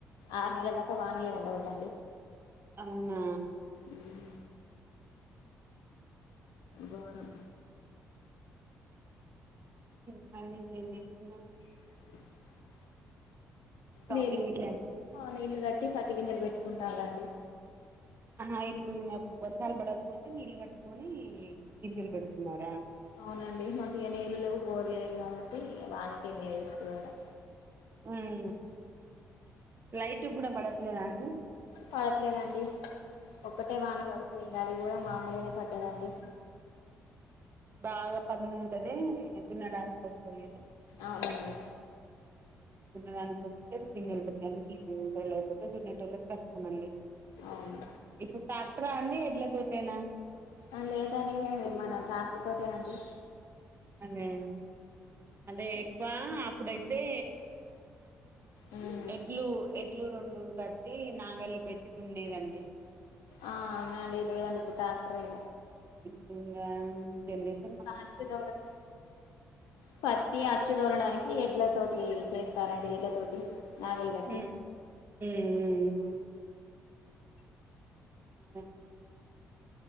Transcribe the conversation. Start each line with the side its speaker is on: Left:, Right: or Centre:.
Left: ఆరు నెలల దాకా వానలే ఉండవట
Right: అవునా
Left: ఉమ్ ఘోరం
Right: ఇంకండి ఏం చేస్తున్నారు
Left: <inaudible>
Right: షాపింగ్
Left: నీ
Right: ఇట్లా
Left: నీళ్లు కట్టి పత్తి గింజలు పెట్టుకుంటా మండి
Right: ఆహా ఇప్పుడు ఇ వర్షాలు పడకపోతే నీళ్లు కట్టుకొని గింజలు పెడుతున్నారా
Left: అవునండి మాకు ఇక నీళ్ళు లేవు బోరు లేదు కాబట్టి ఇక వానకే న ఎదురు చూడడం
Right: హమ్ లైట్ కూడా పడట్లేద అండి
Left: పడతలేదండి ఒక్కటే వాన పడిపోయింది అది కూడా మామూలుగానే పద్దదండి
Right: బాగా పనులు ఉంటనే తినడానికి వస్తాది
Left: అవునవను
Right: అ <inaudible> దున్నడానికి వస్తే దిన్న వెళ్ళింది ఈజీ ఉంటా లేకపోతే దున్నట వాళ్ళకి కష్టం అంీ <unintelligible>
Left: అవును
Right: ఇప్పుడు ట్రాక్టర్ ఆ అండి ఎడ్ల తోటేనా
Left: ఆ లేదండి మన ట్రాక్టర్ తోటేనండి
Right: అదే అంటే ఎక్కువ అప్పుడైతే
Left: ఉమ్.
Right: ఎడ్లు ఎడ్లు రెండు కట్టి నాగలు పెట్టి దుండేదండి
Left: ఆ అవునండి లేదండి ఇప్పుడు ట్రాక్టర్ ఏ
Right: ఇప్పుడు ఇంకా <unintelligible>
Left: కాచ్చ దర <unintelligible> పత్తి అచ్చు తోలడానికి ఎడ్ల తోటి చేస్తారండి ఎడ్ల తోటి నాగలి
Right: ఆమ్
Left: కట్టి
Right: ఆమ్ హా అ <unintelligible>